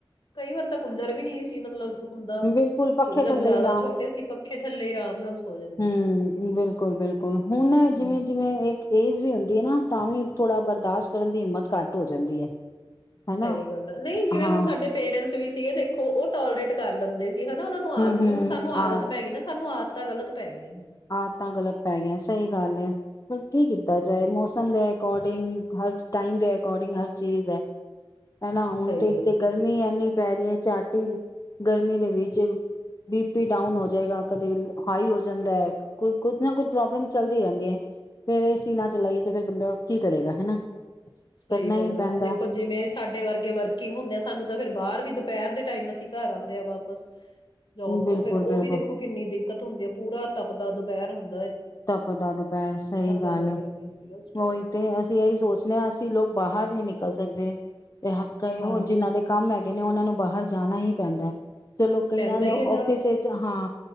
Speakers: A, on the left; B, on the left.
A: ਕਈ ਵਾਰ ਤਾਂ ਕੁਲਰ ਵੀ ਨਹੀਂੀ ਸੀ ਮਤਲਬ ਹੁੰਦਾ
B: ਬਿਲਕੁਲ ਪੱਖੇ
A: ਜਬ
B: ਥੱਲੇ
A: ਜ਼ਿਆਦਾ
B: ਹੀ
A: ਛੋਟੇ ਸੀ ਪੱਖੇ ਥੱਲੇ ਆਰਾਮ ਨਾਲ ਜਾਂਦੇ
B: ਹਮ
A: ਸੀ।
B: ਬਿਲਕੁਲ ਬਿਲਕੁਲ ਹੁਣ
A: ਹੂੰ
B: ਜਿਵੇਂ ਜਿਵੇਂ ਇੱਕ ਏਜ ਵੀ ਹੁੰਦੀ ਹੈ ਨਾ ਤਾਂ ਵੀ ਥੋੜਾ ਬਰਦਾਸ਼ਤ ਕਰਨ ਦੀ ਹਿੰਮਤ ਘੱਟ ਹੋ ਜਾਂਦੀ ਹੈ ਹਨਾ
A: ਸਹੀ ਗੱਲ ਆ ਨਹੀਂ ਜਿਵੇਂ
B: ਹਾਂ
A: ਹੁਣ ਸਾਡੇ ਪੇਰੈਂਟਸ ਵੀ ਸੀਗੇ ਦੇਖੋ ਉਹ ਟੋਲਰੇਟ ਕਰ ਲੈਂਦੇ ਸੀ ਹਨਾ ਉਹਨਾਂ ਨੂੰ ਆਦਤੀ
B: ਹੂੰ-ਹੂੰ
A: ਹੁਣ ਸਾਨੂੰ ਆਦਤ
B: ਆ
A: ਪੈਗੀ ਨਾ ਸਾਨੂੰ ਆਦਤ ਤਾਂ ਗਲਤ ਪੈ ਗਈ
B: ਆਦਤਾਂ ਗ਼ਲਤ ਪੈ ਗੀਆਂ ਸਹੀ ਗੱਲ ਹੈ ਪਰ ਕੀ ਕੀਤਾ
A: ਹੂੰ
B: ਜਾਏ ਮੌਸਮ ਦਾ ਅਕੋਡਿੰਗ ਹਰ ਟਾਈਮ ਦੇ ਅਕੋਰਡਿੰਗ ਹਰ ਚੀਜ਼ ਹੈ ਹੈਨਾ ਹੁਣ
A: ਸਹੀ
B: ਤੇਥੇ
A: ਗੱਲ ਹੈ।
B: ਗਰਮੀ ਐਨੀ ਪੈ ਰਹੀਆਂ ਚਾਰਟੀ ਗਰਮੀ ਦੇ ਵਿੱਚ ਬੀ ਪੀ ਡਾਊਨ ਹੋ ਜਾਏਗਾ ਕਦੇ ਹਾਈ ਹੋ ਜਾਂਦੈ ਕੁੱਛ ਨਾ ਕੁੱਛ ਪ੍ਰੋਬਲਮ ਚੱਲਦੀ ਰਹਿੰਦੀ ਹੈ ਫੇਰ ਏਸੀ ਨਾ ਚਲਾਈਏ ਤੇ ਫਿਰ ਬੰਦਾ ਕੀ ਕਰੇਗਾ ਹਨਾ
A: ਸਹੀ
B: ਕਰਨਾ
A: ਗੱਲ
B: ਹੀ ਪੈਂਦਾ
A: ਆ ਹੁਣ ਦੇਖੋ ਜਿਵੇਂ ਸਾਡੇ ਵਰਗੇ ਵਰਕਿੰਗ ਹੁੰਦੇ ਆ ਸਾਨੂੰ ਤਾਂ ਫੇਰ ਬਾਹਰ ਵੀ ਦੁਪਹਿਰ ਦੇ ਟਾਈਮ ਅਸੀਂ ਘਰ ਆਉਂਦੇ ਆ ਵਾਪਸ ਜੋਬ
B: ਬਿਲਕੁਲ
A: ਤੋਂ ਫੇਰ ਉਹ
B: ਬਿਲਕੁਲ
A: ਵੀ ਦੇਖੋ ਕਿੰਨੀ ਦਿੱਕਤ ਹੁੰਦੀ ਹੈ ਪੂਰਾ ਤਪਦਾਦ ਪੈੜ ਹੁੰ
B: ਤਪਦਾ ਦਪੈ ਸਹੀ ਗੱਲ
A: ਜ਼ਿਆਦਾ
B: ਹੈ
A: ਗਰਮੀ ਹੁੰਦੀ ਹੈ ਉਸ ਟਾਈਮ
B: ਉਹੀ
A: ਤਾਂ
B: ਤੇ ਅਸੀਂ ਇਹੀ ਸੋਚਦੇ ਹਾਂ ਅਸੀਂ ਲੋਕ ਬਾਹਰ ਨਹੀਂ ਨਿਕਲ ਸਕਦੇ ਤੇ ਹ
A: ਹਾਂਜੀ
B: ਉਹ ਜਿੰਨਾਂ ਦੇ ਕੰਮ ਹੈਗੇ ਨੇ ਉਹਨਾਂ ਨੂੰ ਬਾਹਰ ਜਾਣਾ ਹੀ ਪੈਂਦਾ ਚਲੋ ਕਈਆਂ
A: ਪੈਂਦਾ
B: ਨੇ
A: ਹੀ ਹੈ ਜਾਣਾ
B: ਔਫਿਸ ਵਿੱਚ ਹਾਂ